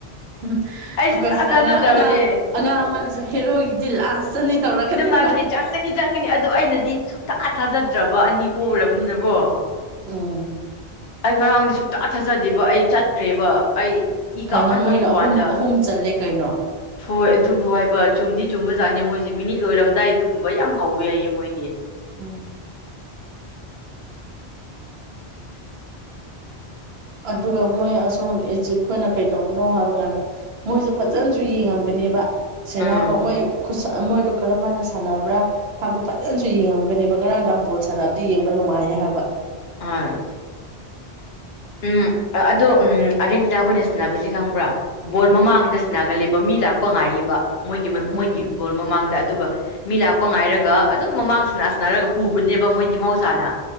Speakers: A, on the right; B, on the left.
A: ꯎꯝ
B: ꯑꯩ
A: ꯑꯈꯣꯏ
B: ꯁꯨꯡꯊꯥ
A: ꯁꯤꯗ
B: ꯊꯥꯖꯗ꯭ꯔꯕꯅꯦ
A: ꯑꯉꯥꯡ ꯑꯉꯥꯡ ꯑꯉꯥꯡ ꯑꯃꯅꯁꯨ ꯍꯦꯔꯣꯒꯤꯗꯤ ꯂꯥꯁꯇꯅꯤ ꯇꯧꯔꯛꯀꯗꯣꯏ
B: ꯍꯥꯏꯕꯂꯦ ꯆꯪꯒꯅꯤ ꯆꯪꯒꯅꯤ ꯑꯗꯣ ꯑꯩꯅꯗꯤ ꯁꯨꯛꯊꯥ ꯊꯥꯖꯗ꯭ꯔꯕ ꯑꯅꯤ ꯄꯣꯒ꯭ꯔꯕꯅꯤꯅꯀꯣ
A: ꯎꯝ
B: ꯑꯩ ꯉꯔꯥꯡꯗꯤ ꯁꯨꯛꯊꯥ ꯊꯥꯖꯗꯦꯕ ꯑꯩ ꯆꯠꯈ꯭ꯔꯦꯕ ꯑꯩ ꯏ
A: ꯀꯩꯅꯣ
B: ꯀꯥꯃꯟꯕꯒꯤ
A: ꯃꯣꯏꯅ ꯑꯍꯨꯝ
B: ꯄꯥꯟꯗ
A: ꯑꯍꯨꯝ ꯆꯜꯂꯦ ꯀꯩꯅꯣ
B: ꯍꯣꯏ ꯑꯗꯨꯕꯨ ꯍꯥꯏꯕ ꯆꯨꯝꯗꯤ ꯆꯨꯝ ꯕꯖꯥꯠꯅꯦ ꯃꯣꯏꯁꯦ ꯃꯤꯅꯤꯠ ꯂꯣꯏꯔꯝꯗꯥꯏ ꯑꯗꯨꯒꯨꯝꯕ ꯌꯥꯝ ꯍꯧꯋꯦ ꯍꯥꯏꯌꯦ ꯃꯣꯏꯗꯤ
A: ꯎꯝ ꯑꯗꯨꯒ ꯃꯣꯏ ꯑꯁꯣꯝ ꯑꯦꯆꯤꯞ ꯈꯣꯏꯅ ꯀꯩꯗꯧꯕꯅꯣ ꯍꯥꯏꯕ ꯀꯥꯟꯗ ꯃꯣꯏꯖꯦ ꯐꯖꯅꯁꯨ ꯌꯦꯡꯉꯝꯒꯅꯤꯕ ꯁꯦꯟꯅꯕ
B: ꯑꯥ
A: ꯃꯣꯏ ꯈꯨꯠꯁꯥ ꯑ ꯃꯣꯏꯗꯣ ꯀꯔꯝꯃꯥꯏꯅ ꯁꯥꯟꯅꯕ꯭ꯔꯥ ꯍꯥꯏꯕꯗꯣ ꯐꯖꯅꯁꯨ ꯌꯦꯡꯉꯝꯒꯅꯤꯕ ꯉꯔꯥꯡꯗꯥꯡ ꯕꯣꯜ ꯁꯥꯟꯅꯕꯗꯨ ꯌꯦꯡꯕ ꯅꯨꯡꯉꯥꯏꯌꯦ ꯌꯦ ꯍꯥꯕ
B: ꯑꯥ ꯎꯝ ꯑꯗꯣ ꯎꯝ ꯑꯥꯔꯖꯦꯟꯇꯤꯅꯥ ꯈꯣꯏꯅ ꯁ꯭ꯅꯥꯕꯁꯤ ꯈꯪꯕ꯭ꯔꯥ ꯕꯣꯜ ꯃꯃꯥꯡꯗ ꯁ꯭ꯅꯥꯒꯜꯂꯦꯕ ꯃꯤ ꯂꯥꯛꯄ ꯉꯥꯏꯌꯦꯕ ꯃꯣꯏꯒꯤ ꯃ
A: ꯎꯝ
B: ꯃꯣꯏꯒꯤ
A: ꯎꯝ
B: ꯒꯣꯜ ꯃꯃꯥꯡꯗ ꯑꯗꯨꯒ ꯃꯤ ꯂꯥꯛꯄ ꯉꯥꯏꯔꯒ ꯑꯗꯨꯝ ꯃꯃꯥꯡ ꯁ꯭ꯅꯥ ꯁ꯭ꯅꯥꯔꯒ ꯄꯨꯕꯅꯦꯕ ꯃꯣꯏꯗꯤ ꯃꯍꯧꯁꯥꯅ